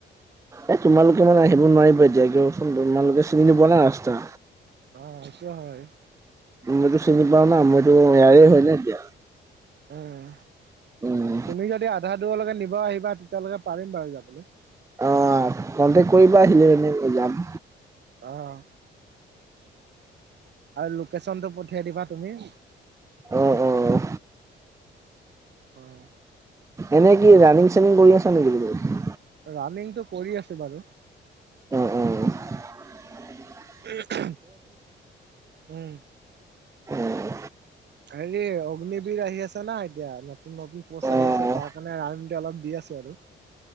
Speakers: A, on the right; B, on the right.
A: এই তোমালোকে মানে আহিব নোৱাৰিবা এতিয়া, কিয়চোন তোমালোকে চিনি নোপোৱা না ৰাস্তা।
B: অ সেইটো হয়।
A: মইটো চিনি পাও না। মইতো ইয়াৰে হয় ন এতিয়া।
B: উম,
A: উম।
B: তুমি যদি আধা দূৰলৈকে নিব আহিবা, তেতিয়ালৈকে পাৰিম বাৰু যাবলৈ।
A: অ কণ্টেক্ট কৰিবা আহিলে মেনে যাম।
B: অহ। আৰু লোকেশ্যনটো পঠিয়াই দিবা তুমি
A: অঁ, অঁ।
B: হয়।
A: এনে কি ৰানিং-চানিং কৰি আছা নেকি তুমি?
B: ৰানিংটো কৰি আছে বাৰু।
A: অঁ, অঁ, অঁ।
B: <unintelligible> উম।
A: অ',
B: হেৰি অগ্নিবীৰ আহি আছ না এতিয়া নতুন পষ্ট
A: অ',
B: আহি আছে, তাৰ কাৰণে আইম অলপ দি আছো আৰু।